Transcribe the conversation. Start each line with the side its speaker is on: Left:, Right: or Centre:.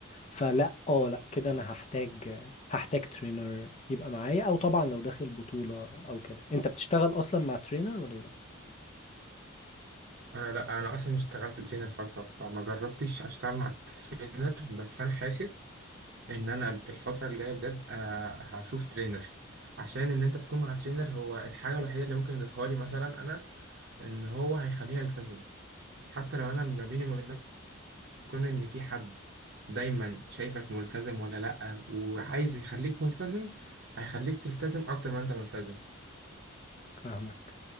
Left: فلا اه لا كده انا هحتاج هحتاج ترينر يبقى معايا او طبعا لو داخل بطولة او كده انت بتشتغل اصلا مع ترينر ولا لا
Right: انا لا انا اصلا اشتغلت ترينر فتره فما جربتش اشتغل مع ترينر بس انا حاسس ان انا الفتره الجايه بجد انا هشوف ترينر عشان ان انت تكون مع ترينر هو الحاجه الوحيده اللي ممكن يضيفها لي مثلا انا ان هو هيخليني التزم حتى لو انا ما بيني وما بين نفسي يكون ان في حد دايما شايفك ملتزم ولا لا وعايز يخليك ملتزم هيخليك تلتزم اكتر ما انت ملتزم
Left: فاهمك